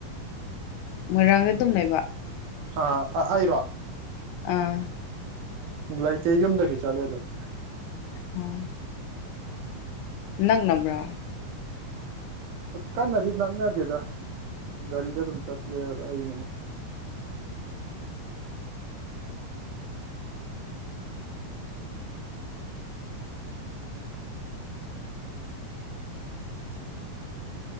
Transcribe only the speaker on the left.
ꯃꯣꯏꯔꯥꯡꯗ ꯑꯗꯨꯝ ꯂꯩꯕ
ꯑꯥ
ꯑꯣ ꯅꯪ ꯅꯕ꯭ꯔꯥ